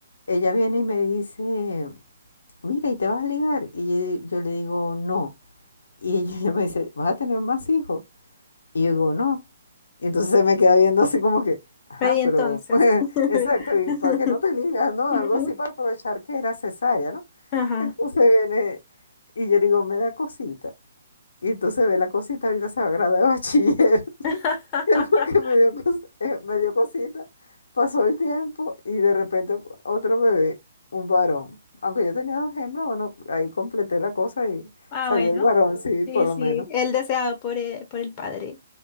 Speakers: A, on the left (about 70°); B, on the left (about 30°).
A: ella viene y me dice, mira, ¿y te vas a ligar? Y yo, yo le digo, no. Y <laughs> ella me dice, ¿vas a tener más hijos? Y yo digo, no. Y entonces se me queda viendo así como que, ajá,
B: Pero y entonces.
A: pero <laughs>
B: <laughs>
A: exacto, ¿y para qué no te ligas, no? Algo
B: Ujú.
A: así para aprovechar que era cesárea, ¿no?
B: Ajá.
A: Entonces viene y yo digo, me da cosita. Y entonces ve la cosita, ahorita se va a graduar de bachiller. <laughs>
B: <laughs>
A: Y Porque me dio, cos- eh, me dio cosita. Pasó el tiempo y de repente otro bebé, un varón. Aunque yo tenía dos hembras, bueno, ahí completé la cosa y
B: Ah,
A: salió
B: bueno.
A: el varón, sí,
B: Sí,
A: por lo
B: sí,
A: menos.
B: el deseado por el, por el padre.